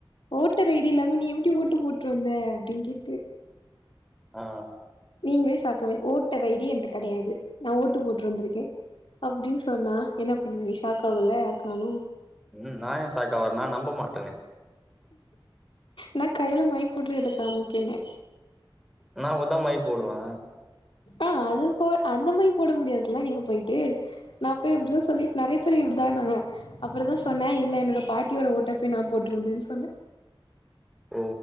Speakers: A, on the left; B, in the centre.
A: ஓட்டர் ஐடி இல்லாம நீ எப்டி ஓட்டு போட்டு வந்த அப்படின்னு கேட்டு
B: ஆ
A: ங்களே ஷாக் ஆவிங் ஓட்டர் ஐடியே என்கிட்ட கிடையாது நா ஓட்டு போட்டு வந்திருக்கே அப்டின்னு சொன்னா என்ன பண்ணுவிங் ஷாக் ஆகுல்ல யாருக்குனாலு
B: ம் நா ஏன் ஷாக்க ஆவுரன் நான் நம்ப மாட்டனே
A: நா கைல மை போட்ரு எத காமிப்பேணே
B: நா கூடதா மை போடுவே
A: ஆங் அது போ அந்த மை போட முடியாதுல நீங்க போயிட்டு நான் போய் இப்படிதான் சொல்லிட்டு நிறைய பேர் இப்படிதான்னுவன் அப்போ தா சொன்னே இல்ல என்னோட பாட்டியோட ஓட்ட போய் நான் போட்டு வந்தேன்னு சொன்னே
B: ஓ